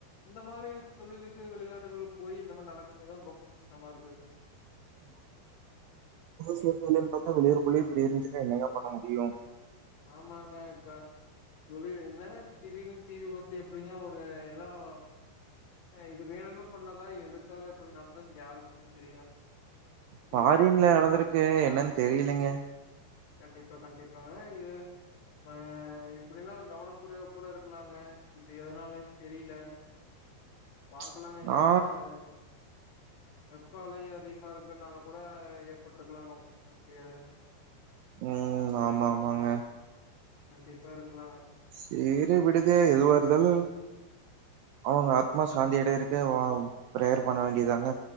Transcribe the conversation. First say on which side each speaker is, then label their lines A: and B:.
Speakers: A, on the left; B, on the right.
A: இந்த மாரி தொழிலுக்கு வெளிநாட்டுகள் போய் இந்த மாதிரி நடக்கும் போதுதான் ரொம்ப கஷ்டமா இருக்கு
B: ம் சேர்த்தலுல்லானு பாத்தா வெளியூறக்குள்ளே இப்படி இருந்துசுன்னா என்னங்க பண்ண முடியும்
A: ஆமாங்க இப்ப தொழிலு என்னங்க திடீனு தீவிபத்து எப்டிங்க வரும் எல்லாம் ஹ் இது வேணும்னு பண்ணாதா எதுக்காக எப்டி நடந்தது யாருக்குங்க தெரியும்
B: பாரின்ல
A: தெரியலங்க.
B: நடந்திருக்கு என்னன்னு தெரியலிங்க
A: கண்டிப்பா கண்டிப்பாங்க இஹ் ஆஹ் எப்டின்னா கவனக்குறைவா கூட இருக்கலாங்க இது எதனாலன்னு தெரியல
B: <inaudible>
A: பாக்கலாங்க இல்லன்னா
B: நா
A: ஹ் வெப்பலை அதிகமா இருக்கறனால கூட ஏற்பட்டிருக்கலாங்க ஒன்னும் பண்ண முடியாது
B: உம் ஆமா ஆமாங்க
A: கண்டிப்பா இருக்கலாம்
B: செரி விடுங்க எதுவா இருந்தாலு அவுங்க ஆத்மா சாந்தியடைறக்கு பிரேயர் பண்ண வேண்டியதாங்க